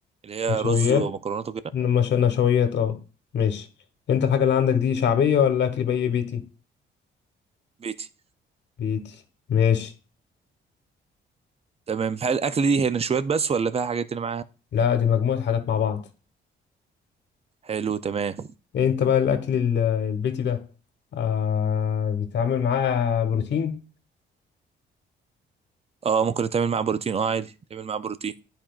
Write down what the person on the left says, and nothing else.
نشويات
مش نشويات اه ماشي انت الحاجه اللي عندك دي شعبيه ولا اكل بي بيتي
بيتي ماشي
لا دي مجموعه حاجات مع بعض
انت بقى الاكل ال- البيتي ده آه بيتعامل معاه بروتين